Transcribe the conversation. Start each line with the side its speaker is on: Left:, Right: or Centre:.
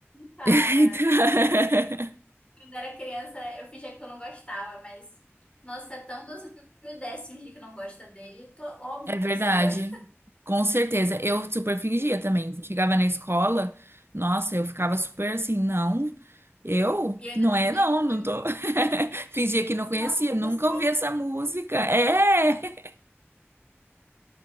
Left: Cara,
Right: <laughs> Então,
Left: quando era criança, eu fingia que eu não gostava, mas. Nossa, é tão dos mil décimos de que não gosta dele. Tô... Óbvio
Right: É
Left: que
Right: verdade,
Left: você gosta.
Right: com certeza. Eu super fingia também. Chegava na escola, nossa, eu ficava super assim, não, eu?
Left: E eu ainda
Right: Não
Left: fingia
Right: é, não,
Left: que não
Right: não
Left: conhecia.
Right: tô. <laughs> Fingia que
Left: Eu
Right: não
Left: disse,
Right: conhecia,
Left: nossa, que
Right: nunca
Left: música
Right: ouvi essa música. É!